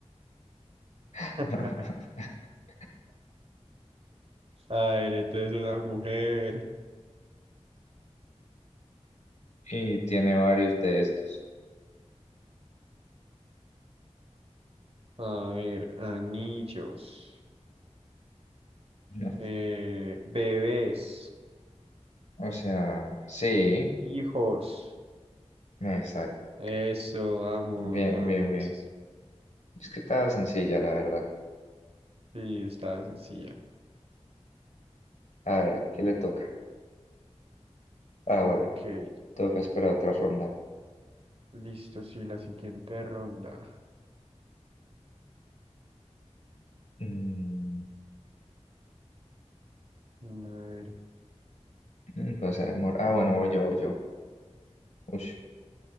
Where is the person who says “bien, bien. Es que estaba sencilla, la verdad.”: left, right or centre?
Left